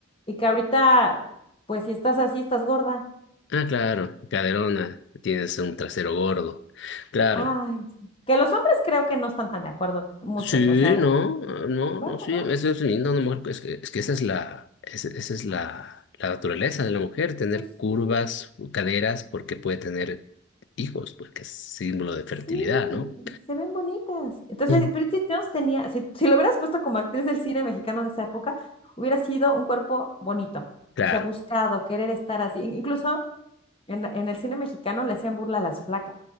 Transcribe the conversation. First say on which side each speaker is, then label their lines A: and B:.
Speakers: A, on the left (about 25°); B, on the left (about 55°).
A: y que ahorita, pues si estás así, estás gorda.
B: Ah, claro, caderona, tienes un trasero gordo. Claro.
A: Ay, que los hombres creo que no están tan de acuerdo, muchos,
B: Sí,
A: o sea,
B: no, ah, no,
A: bueno,
B: no, sí,
A: ¿no?
B: eso es lindo, una mujer, es que, es que esa es la, es- esa es la, la naturaleza de la mujer, tener
A: Pues
B: curvas,
A: sí,
B: caderas, porque puede tener hijos, porque es símbolo de fertilidad,
A: Sí,
B: ¿no?
A: se ven bonitas. Entonces,
B: Mm.
A: Bridget Jones tenía, si, si lo hubieras puesto como actriz del cine mexicano de esa época, hubiera sido un cuerpo bonito,
B: Claro.
A: o sea, buscado, querer estar así. In- Incluso en, en el cine mexicano le hacían burla a las flacas.